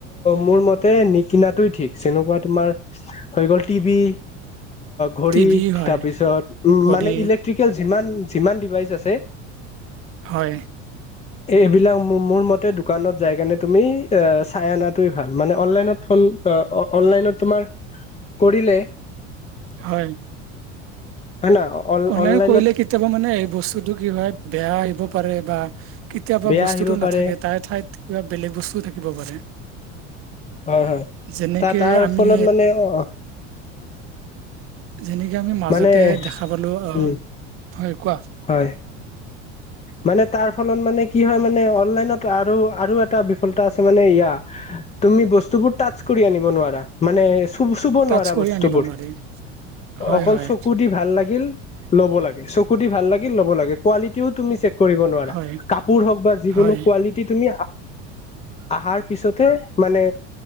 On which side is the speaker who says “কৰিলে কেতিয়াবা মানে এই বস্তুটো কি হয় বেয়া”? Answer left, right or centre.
Right